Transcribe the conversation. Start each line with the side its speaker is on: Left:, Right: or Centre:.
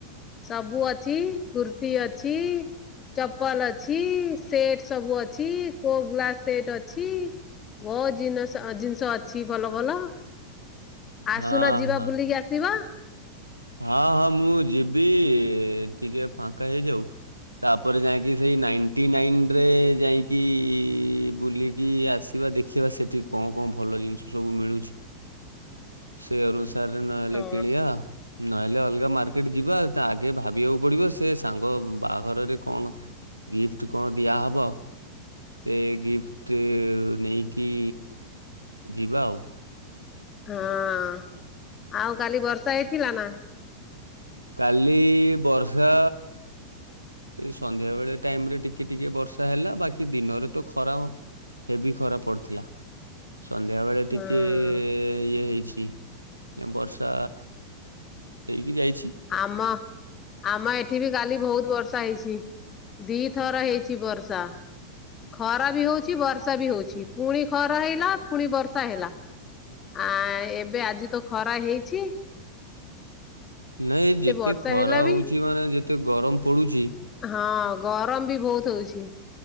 Left: ସବୁ ଅଛି କୁର୍ତି ଅଛି। ଚପଲ୍ ଅଛି ସେଟ୍ ସବୁ ଅଛି କୋ ଗ୍ଲାସ୍ ସେଟ୍ ଅଛି। ବହୁତ୍ ଜିନଷ- ଜିନିଷ ଅଛି ଭଲ ଭଲ। ଆସୁନ
Right: ହଁ
Left: ଯିବା
Right: ହଁ
Left: ବୁଲିକି ଆସିବ।
Right: ହଁ ହଁ ମୁଁ ଯିବି ଟିକେ ଫାଙ୍କା ହେଇଯାଉ। ତାପରେ ଯାଇକି ସେଇ ନାଇଣ୍ଟି ନାଇନ୍ ରେ ଯାଇକି ବୁଲିକି ଆସି ଯିବା ଦେଖିବା ସେଠି କଣ କଣ ଭଲ ଜିନିଷ ସବୁ ମିଳୁଚି।
Left: <inaudible>
Right: ସେଇ ଅନୁସାରେ ନହେଲେ
Left: ହଁ
Right: କିଣିବା। ନହେଲେ ଅଲଗା ମାର୍କେଟ ଯିବା ଆଗେ ଭାବିବାକୁ ପଡିବ ସେ ସାଙ୍ଗ ବାହାଘରରେ କଣ
Left: <inaudible>
Right: ଗିଫ୍ଟ୍ କଣ ଦିଆହବ। ଏ ଗିଫ୍ଟ୍ ନେଇକି ଯିବା ଆଉ।
Left: ହଁ ଆଉ କାଲି ବର୍ଷା ହେଇଥିଲା ନା?
Right: କାଲି ବର୍ଷା ସନ୍ଧ୍ୟା ବେଳେ ଟାଇମ୍ ରେ ଟିକେ ଟିକେ ବର୍ଷା ହେଲା ବାକି ଦିନରେ ତ ଖରା ହେବି ଖରା ପଡିଥିଲା। ସନ୍ଧ୍ୟା ବେଳେ
Left: ହଁ
Right: ଟିକେ ଇଏ ହେଇଛି। ଏଁ-ବର୍ଷା ହେଇକି ଯାଇଛି।
Left: ଆମ ଆମ ଏଠି ବି କାଲି ବହୁତ୍ ବର୍ଷା ହେଇଚି ଦିଥର ହେଇଚି ବର୍ଷା। ଖରା ବି ହଉଚି ବର୍ଷା ବି ହଉଚି ପୁଣି ଖରା ହେଇଲା ପୁଣି ବର୍ଷା ହେଲା। ଆଁ -ଏବେ ଆଜି ତ ଖରା ହେଇଚି।
Right: ନାଇଁ ଯେତେ
Left: ବର୍ଷା
Right: ଖରା
Left: ହେଲା ବି
Right: ହଉଚି ମାନେ ଯେତେ ଗରମ୍ ପଡୁଚି।
Left: ହଁ ଗରମ୍ ବି ବହୁତ ହଉଚି।